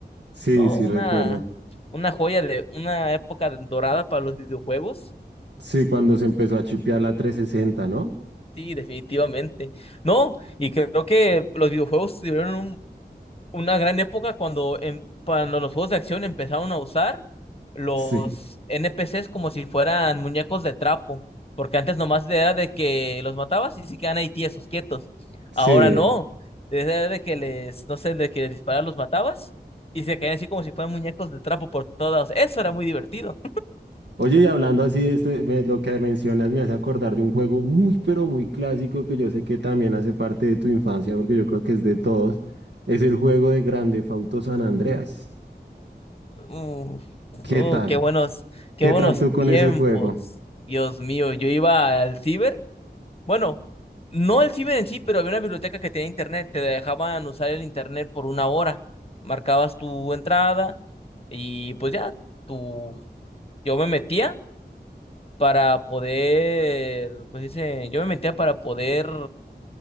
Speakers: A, on the right (about 85°); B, on the left (about 35°).
A: Sí,
B: No,
A: sí,
B: una,
A: recuerdo.
B: una joya de una época dorada para los videojuegos.
A: Sí, cuando se empezó a chipear la 360, ¿no?
B: Sí, definitivamente. No, y creo que los videojuegos tuvieron un, una gran época cuando, em- cuando los juegos de acción empezaron a usar los
A: Sí,
B: NPCs como si fueran muñecos de trapo, porque antes nomás era de que los matabas y se quedan ahí tiesos, quietos.
A: sí.
B: Ahora no, desde de que les, no sé, de que les disparas los matabas y se caían así como si fueran muñecos de trapo por todos. Eso era muy divertido.
A: Oye, y hablando así, este, me- lo que mencionas me hace acordar de un juego muy, pero muy clásico que yo sé que también hace parte de tu infancia, porque yo creo que es de todos. Es el juego de Grande Fauto San Andreas.
B: Uh,
A: ¿Qué
B: uh,
A: tal?
B: qué buenos, qué
A: ¿Qué
B: buenos
A: tal tú con
B: tiempos.
A: ese juego?
B: Dios mío, yo iba al ciber Bueno, no el ciber en sí, pero había una biblioteca que tenía internet, te dejaban usar el internet por una hora. Marcabas tu entrada y pues ya, tu... yo me metía para poder, pues dice, yo me metía para poder